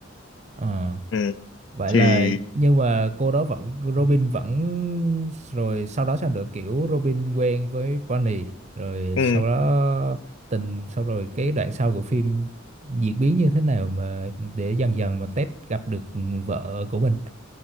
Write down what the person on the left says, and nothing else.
ừ,
thì
ừ,